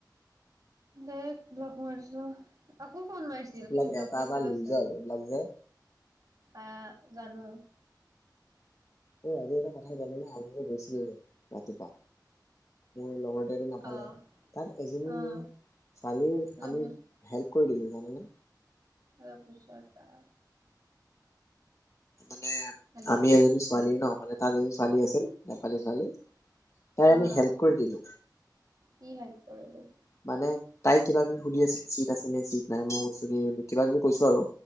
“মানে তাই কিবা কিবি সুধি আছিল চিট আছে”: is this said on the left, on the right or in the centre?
Left